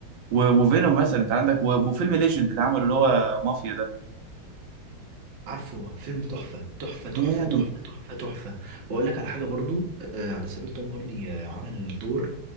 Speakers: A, on the right; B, on the right.
A: و- وفينوم مثلا انت عندك و- وفيلم ليجند اللي عمله اللي هو مافيا ده
B: عارفه فيلم تحفة تحفة
A: جامد
B: تحفة تحفة تحفة تحفة وأقول لك على حاجة برضو آه، على سبيل توم هاردي آه، عمل دور